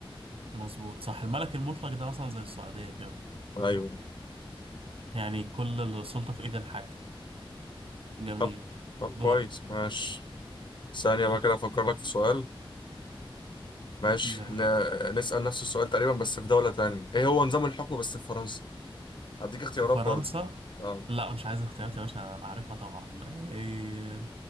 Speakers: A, on the right; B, on the left.
A: مظبوط صح الملك المطلق ده مثلا زي السعودية كده
B: ايوه
A: يعني كل السلطة في إيد الحاكم جميل
B: طب طب
A: دورك
B: كويس ماشي ثانية بقى كده افكر لك في سؤال ماشي
A: جميل
B: ن- نسأل نفس السؤال تقريبا بس في دولة تانية ايه هو نظام الحكم بس في فرنسا هديك اختيارات
A: في فرنسا
B: برضه اه
A: لا مش عايز اختيارات يا باشا انا عارفها طبعا إيه،